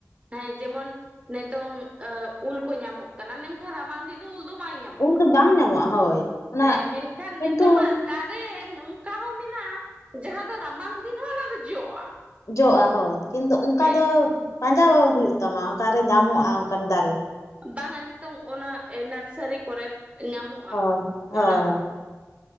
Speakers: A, on the right (about 25°); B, on the left (about 75°).
A: ᱦᱮᱸ ᱡᱮᱢᱚᱱ ᱱᱤᱛᱚᱝ ᱩᱞ ᱠᱚ ᱧᱟᱢᱚᱜ ᱠᱟᱱᱟ ᱢᱮᱱᱠᱷᱟᱱ ᱨᱟᱵᱟᱝ ᱫᱤᱱ ᱫᱚ ᱩᱞ ᱫᱚ ᱵᱟᱭ ᱧᱟᱢᱚᱜᱼᱟ
B: ᱩᱞ ᱫᱚ ᱵᱟᱝ ᱧᱟᱢᱚᱜᱼᱟ ᱦᱳᱭ ᱚᱱᱟ
A: ᱦᱮᱸ ᱢᱮᱱᱠᱷᱟᱱ
B: ᱠᱤᱱᱛᱩ
A: ᱱᱤᱛᱚᱜᱟᱜ ᱫᱟᱨᱮ ᱱᱚᱝᱠᱟ ᱚᱠᱟ ᱦᱚᱸ ᱢᱮᱱᱟᱜᱼᱟ ᱡᱟᱦᱟᱸ ᱫᱚ ᱨᱟᱵᱟᱝ ᱫᱤᱱ ᱦᱚᱸ ᱚᱱᱟ ᱫᱚ ᱡᱚᱜᱼᱟ
B: ᱡᱚᱜᱼᱟ ᱦᱳᱭ ᱠᱤᱱᱛᱩ ᱚᱱᱠᱟ
A: ᱦᱮᱸ
B: ᱫᱚ ᱦᱩᱭᱩᱜ ᱛᱟᱢᱟ ᱚᱠᱟᱨᱮ ᱧᱟᱢᱚᱜᱼᱟ ᱚᱱᱠᱟᱱ ᱫᱟᱨᱮ
A: ᱵᱟᱝᱟ ᱱᱤᱛᱚᱝ ᱚᱱᱟ ᱱᱟᱨᱥᱟᱨᱤ ᱠᱚᱨᱮ ᱧᱟᱢᱚᱜᱼᱟ
B: ᱦᱳᱭ ᱦᱳᱭ
A: ᱚᱱᱟ